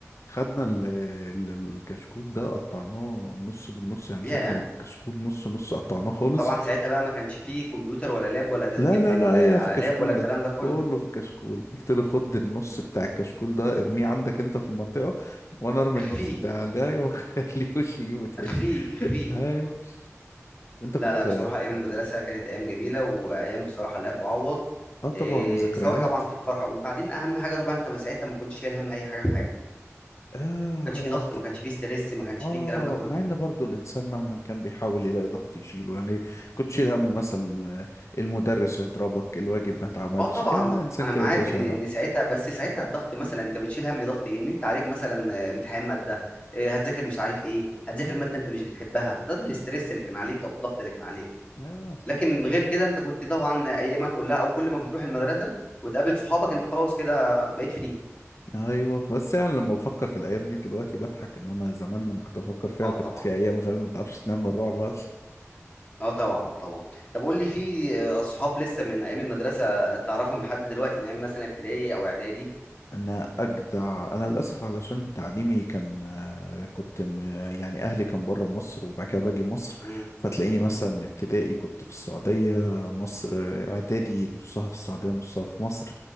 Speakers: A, on the left; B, on the left.
A: خدنا ال- ال- الكشكول ده قطعناه نص بالنص يعني
B: ياه
A: مسكنا الكشكول نص نص قطعناه خالص
B: وطبعا ساعتها بقى ما كانش فيه كمبيوتر ولا لاب ولا تسجيل
A: لا لا
B: في ال-
A: لا هي
B: على
A: في الكشكول
B: لاب ولا الكلام
A: ده
B: ده
A: كله
B: كله
A: في الكشكول قلت له خد النص بتاع الكشكول ده ارميه عندك انت في المنطقة وانا ارمي
B: اخفيه
A: النص بتاعي قال لي ايوه <laughs> خليهوش يجيبه تاني
B: اخفيه اخفيه
A: ايوه وانت
B: لا
A: كنت
B: لا بصراحة أيام المدرسة كانت أيام جميلة وأيام بصراحة لا تعوض
A: اه طبعا
B: إيه
A: وذكريات
B: سواء طبعا في الفرح وبعدين أهم حاجة طبعا أنت ما ساعتها ما كنتش شايل هم أي حاجة في حياتك
A: اه
B: ما كانش
A: على
B: فيه ضغط
A: قد
B: ما كانش فيه ستريس ما كانش
A: اه
B: فيه الكلام ده كله
A: مع ان برضو الانسان مهما كان بيحاول يلاقي ضغط يشيله يعني كنت شيل هم مثلا آه، المدرس هيضربك الواجب ما اتعملش
B: آه طبعًا،
A: كده انسان
B: أنا
A: كده
B: معاك
A: كده شايل
B: إن إن
A: هم
B: ساعتها بس ساعتها الضغط مثلًا أنت بتشيل هَم ضغط إيه، إن أنت عليك مثلًا امتحان مادة، آآ هتذاكر مش عارف إيه، هتذاكر
A: مم.
B: مادة أنت مش بتحبها، ده الstress اللي كان عليك أو الضغط اللي كان عليك،
A: آه.
B: لكن غير كده أنت كنت طبعًا أيامك كلها أو كل ما بتروح المدرسة وتقابل صحابك أنت خلاص كده بقيت free
A: ايوه بس يعني لما بفكر في الايام دي دلوقتي بضحك انما زمان لما كنت بفكر فيها
B: آه
A: كانت
B: طبعًا،
A: في ايام فاهم ما تعرفش تنام من الرعب
B: آه طبعًا، طبعًا. طب قُل لي في آآ صحاب لسه من أيام المدرسة تعرفهم لحد دلوقتي من أيام مثلًا ابتدائي أو إعدادي؟
A: انا اجدع انا للاسف علشان تعليمي كان آه، كنت م- يعني اهلي كان بره مصر وبعد كده باجي مصر
B: إمم،
A: فتلاقيني مثلا ابتدائي كنت في السعوديه مصر آه، اعدادي نصها في السعوديه نصها في مصر